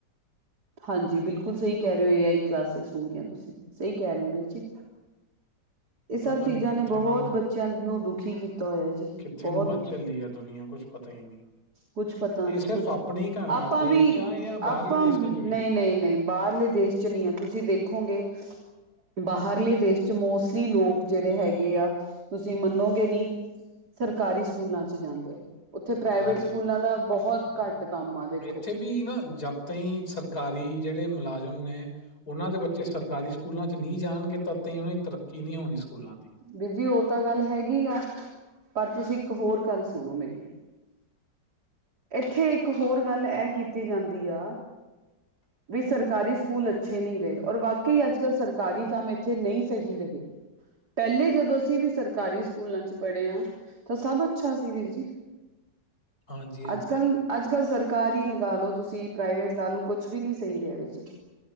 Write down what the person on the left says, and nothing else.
ਪਤਾ
ਨਹੀਂ ਕਿੱਥੇ
ਨੂੰ
ਕਿੱਥੇ
ਨੂੰ ਵੱਧ ਚੱਲੀ ਐ ਦੁਨੀਆਂ ਕੁਛ ਪਤਾ ਹੀ ਨਹੀਂ।
ਇਹ ਸਿਰਫ
ਆਪਣੇ
ਹੀ ਘ
ਦੇਸ਼
'ਚ ਆ ਜਾਂ ਬਾਹਰਲੇ
ਦੇਸ਼ਾਂ
'ਚ ਵੀ ਇੱਦਾਂ
ਹੀ ਆ
ਹਾਂਜੀ
ਇੱਥੇ ਵੀ ਨਾ ਜਦ ਤਾਂਈ ਸਰਕਾਰੀ ਜਿਹੜੇ ਮੁਲਾਜ਼ਮ ਨੇ ਉਹਨਾਂ ਦੇ ਬੱਚੇ ਸਰਕਾਰੀ ਸਕੂਲਾਂ 'ਚ ਨਹੀਂ ਜਾਣਗੇ ਤਦ ਤਾਹੀ ਉਹਨਾਂ ਤਰੱਕੀ ਨਹੀਂ ਹੋਣੀ। ਸਕੂਲਾਂ ਦੀ।
<inaudible>
<inaudible>
ਹਾਂਜੀ, ਹਾਂਜੀ।